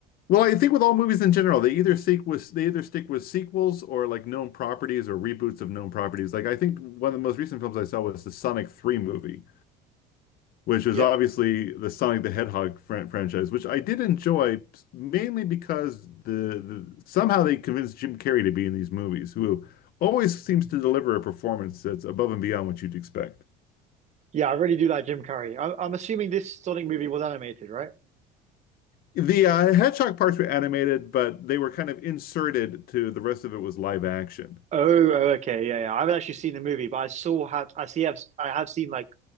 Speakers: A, on the left; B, on the right.
A: Well, I think with all movies in general, they either seek with they either stick with sequels or like known properties or reboots of known properties. Like I think one of the most recent films I saw was the Sonic 3 movie which was
B: Yep.
A: obviously the Sonic the Hedgehog fran franchise, which I did enjoy mainly because the, the somehow they convinced Jim Carrey to be in these movies, who always seems to deliver a performance that's above and beyond what you'd expect.
B: Yeah, I really do like Jim Carrey. I'm, I'm assuming this Sonic movie was animated, right?
A: The uh, Hedgehog parts were animated, but they were kind of inserted to the rest of it was live action.
B: Oh, oh, okay, yeah, yeah. I haven't actually seen the movie, but I saw have I see have I have seen like